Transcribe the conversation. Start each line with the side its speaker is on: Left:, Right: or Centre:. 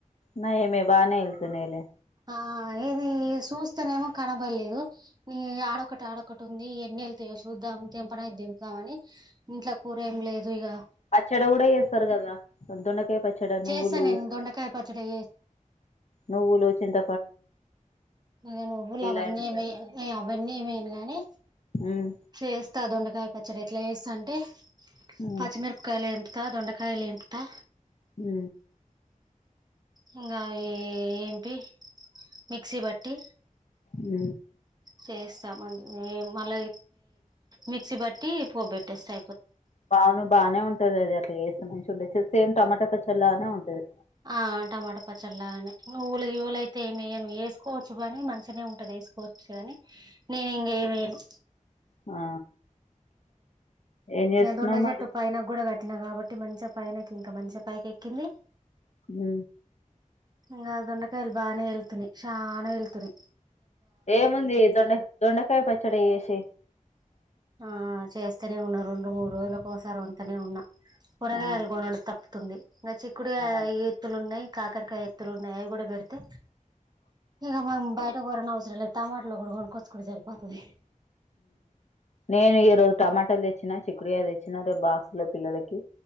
Left: నయమే బానే వెళ్తునైలే
Right: ఆ ఇది చూస్తేనేమో కనబడలేదు ఈ ఆడొకటి ఆడొకటి ఉంది ఎన్నిెళ్తాయో చూద్దాం తెంపడానికి తెంపుదామని ఇంట్లో కూర ఏం లేదు ఇగా
Left: పచ్చడ గూడా చేస్తారు కదా దొండకాయ పచ్చడ నువ్వులు
Right: చేస్తా నేను దొండకాయ పచ్చడి
Left: నువ్వులు చింత
Right: ఇగా నువ్వులు అవన్నీ
Left: అయినా
Right: ఏం
Left: సరే
Right: ఏయ అవన్నీ ఏమయను గానీ
Left: ఉమ్
Right: చేేస్తా దొండకాయ పచ్చడ ఎట్లా చేస్తా అంటే
Left: ఉమ్
Right: పచ్చిమిరపకాయలు ఎంపుత దొండకాయలు ఎంపుతా
Left: ఉ
Right: ఇంగా ఆ ఏంపి మిక్సీ బట్టి
Left: ఉ
Right: చేస్తా మళ్ళీ మిక్సీ బట్టి ప పో పెట్టేస్తా
Left: బావును బాగానే ఉంటది అది అక్క వసు మంచి ఉండచ్చ సేమ్ టమాటా పచ్చళ్లానే ఉంటది
Right: ఆ టమాటా పచ్చళ్ళలా అని నువ్వులు ఇవ్వులయితే ఏమియ నువ్వు వేసుకోవచ్చు గానీ మంచినే ఉంటది తీసుకోవచ్చు కానీ నేను ఇంకేమ ఎయ్యను
Left: ఆ ఏం చేస్తున్నావు
Right: ఏద ఉండే
Left: మరి
Right: చెట్టు పైనకు కూడా కట్ ఎక్కినా కాబట్టి మంచిగా పయ నాకు ఇంకా మంచి పయకి ఎక్కింది
Left: హ
Right: ఇకా దొండకాయలు భనే ఎల్తున్నే చనా ఎల్తున్నే
Left: ఏముంది దొండ దొండకాయ పచ్చడి చేేసి
Right: ఆ చేస్తేనే ఉన్నా రెండు మూడు రోజులకసారి వంతనే ఉన్నా కూరగా
Left: ఆ
Right: ఎలుగొన తప్పుతుంది ఇంకా చిక్కుడు
Left: ఆ
Right: ఎత్తులు ఉన్నాయి కాకరకాయ ఎత్తులు ఉన్నాయి నయ కూడా బడతే ఇ మ బయటర టమాటట్లో ఊడు కోనకోచ్చుకుంటె సరిపోతాధి
Left: నేను ఈ రోజు టమాటాలు తెచ్చినా చిక్కురియా తెచ్చినా రేపు బాక్స్ లో పిల్లలకి